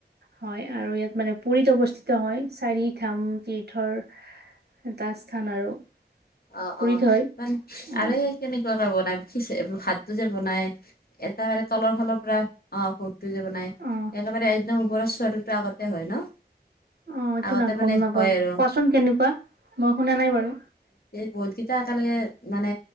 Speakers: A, on the right; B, on the left.
A: হয় আৰু ইয়াত মানে পুৰীত অৱস্থিত হয়। চাৰি ধাম তীৰ্থৰ এটা স্থান আৰু।
B: অ',
A: পুৰীত
B: অ',
A: হয়
B: মানে
A: অ
B: আৰু এই কেনেকুৱাকে বনাইি ভাতটো যে বনাই? এটা মানে তলৰ ফালৰ পৰা, অ', ভোগটো যে বনাই
A: অ
B: একেবাৰে একদম ওপৰত চোৱা আগতে হয় ন?
A: অ', এইটো
B: আগতে
A: না
B: মানে
A: গম নাপাওঁ
B: হয় আৰু
A: কোৱাচোন কেনেকুৱা মই শুনা নাই বাৰু।
B: বহুতকেইটা একেলগে মানে